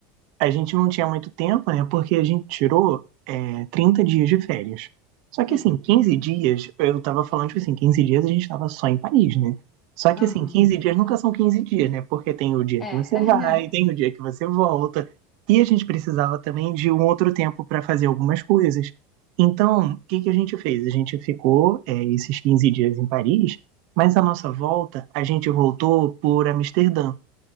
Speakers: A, on the right; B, on the left.
A: A gente não tinha muito tempo, né? Porque a gente tirou, é, 30 dias de férias. Só que,
B: Sim.
A: assim, 15 dias, eu tava falando, tipo assim, 15 dias a gente tava só em Paris, né? Só que,
B: Aham.
A: assim, 15 dias nunca são 15 dias, né? Porque tem o dia
B: É.
A: que você
B: <laughs>
A: vai, tem o dia que você volta. E a gente precisava também de um outro tempo para fazer algumas coisas. Então, o que que a gente fez? A gente ficou, é, esses 15 dias em Paris, mas a nossa volta, a gente voltou por Amsterdã.